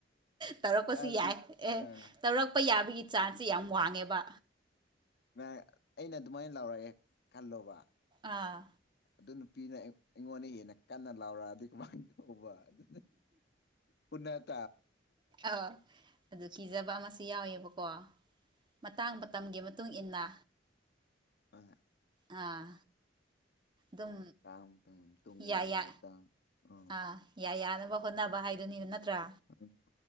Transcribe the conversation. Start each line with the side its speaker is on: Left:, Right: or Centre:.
Right: ꯇꯧꯔꯛꯄꯁꯨ
Left: ꯍꯥꯏꯕꯗꯤ
Right: ꯌꯥꯏ ꯑꯦ
Left: ꯑꯥ
Right: ꯇꯧꯔꯛꯄ ꯌꯥꯕꯒꯤ ꯆꯥꯟꯁꯁꯦ ꯌꯥꯝ ꯋꯥꯡꯉꯦꯕ
Left: ꯅ ꯑꯩꯅ ꯑꯗꯨꯃꯥꯏꯅ ꯂꯥꯎꯔꯒꯦ ꯈꯜꯂꯣꯕ
Right: ꯑꯥ
Left: ꯑꯗꯨ ꯅꯨꯄꯤꯅ ꯑꯩꯉꯣꯟꯗꯏ ꯍꯦꯟꯅ ꯀꯟꯅ ꯂꯥꯎꯔꯛꯑꯗꯤ ꯀꯃꯥꯏ ꯇꯧꯕ ꯑꯗꯨ ꯒꯨꯅꯠ
Right: ꯑꯥ ꯀꯤꯖꯕ ꯑꯃꯁꯨ ꯌꯥꯎꯋꯦꯕꯀꯣ ꯃꯇꯥꯡ ꯃꯇꯝꯒꯤ ꯃꯇꯨꯡ ꯏꯟꯅ
Left: ꯍꯣꯏ
Right: ꯑꯥ ꯗꯨꯝ
Left: ꯇꯥꯡ ꯇꯨꯡ ꯇꯨꯡ
Right: ꯌꯥ
Left: ꯏꯟꯅ
Right: ꯌꯥ
Left: ꯍꯥꯏꯕ ꯇꯥꯡ ꯎꯝ
Right: ꯑꯥ ꯌꯥ ꯌꯥꯅꯕꯀꯣ ꯍꯣꯠꯅꯕ ꯍꯥꯏꯗꯨꯅꯤ ꯅꯠꯇ꯭ꯔꯥ
Left: <inaudible>